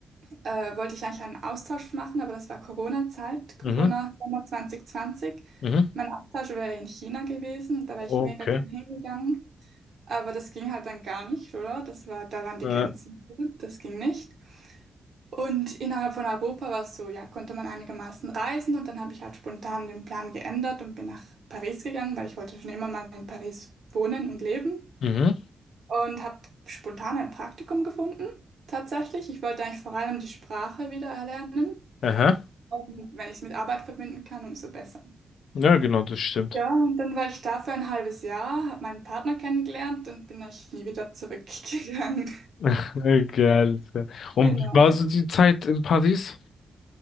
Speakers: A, on the right; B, on the left.
A: äh, wollte ich eigentlich einen Austausch machen, aber das war Corona-Zeit, Corona-Sommer
B: Mhm.
A: 2020.
B: Mhm.
A: Mein Austausch wäre in China gewesen, und da wäre
B: Okay.
A: ich mega gern hingegangen. Aber das ging halt dann gar nicht, oder? Das war, da waren die
B: Äh,
A: Grenzen zu, das ging nicht. Und innerhalb von Europa war es so, ja, konnte man einigermaßen reisen und dann habe ich halt spontan den Plan geändert und bin nach Paris gegangen, weil ich wollte schon immer mal in Paris wohnen und leben
B: mhm.
A: und habe spontan ein Praktikum gefunden, tatsächlich. Ich wollte eigentlich vor allem die Sprache wieder erlernen
B: Aha.
A: und wenn ich es mit Arbeit verbinden kann, umso besser.
B: Ja, genau, das stimmt.
A: Ja, und dann war ich da für ein halbes Jahr, habe meinen Partner kennengelernt und bin eigentlich nie wieder zurückgegangen.
B: <laughs> Geil. geil.
A: <laughs>
B: Und
A: Genau.
B: wie war so die Zeit in Paris?